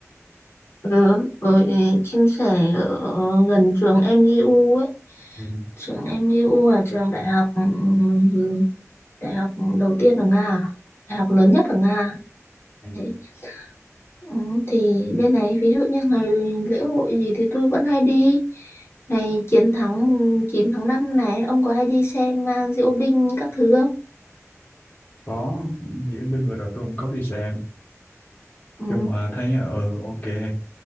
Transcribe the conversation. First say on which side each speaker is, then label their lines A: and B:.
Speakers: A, on the left; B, on the left.
A: Ừ, rồi chia sẻ ở gần trường MGU ấy
B: ừ.
A: trường MGU là trường đại học ừ, ừ, đại học đầu tiên ở Nga à? đại học lớn nhất ở Nga à?
B: Ừ.
A: đấy ừ, thì bên này ví dụ như ngày lễ hội gì thì tôi vẫn hay đi ngày chiến thắng 9 tháng 5 này ông có hay đi xem à, diễu binh các thứ không
B: có nghĩa binh vừa rồi tôi cũng có đi xem
A: ừ.
B: chung mà thấy ừ ok